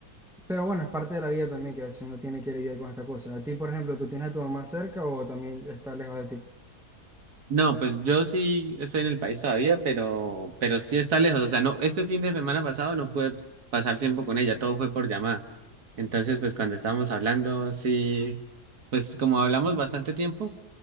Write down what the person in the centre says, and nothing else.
Pero bueno, es parte de la vida también que a veces uno tiene que lidiar con esta cosa. A ti, por ejemplo, ¿tú tienes a tu mamá cerca o también está lejos de ti?